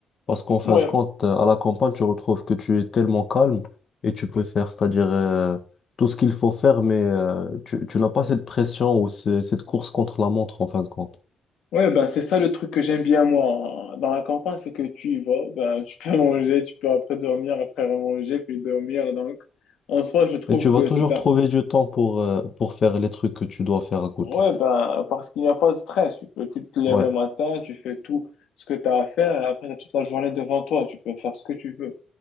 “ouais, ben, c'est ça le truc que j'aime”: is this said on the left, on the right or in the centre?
Left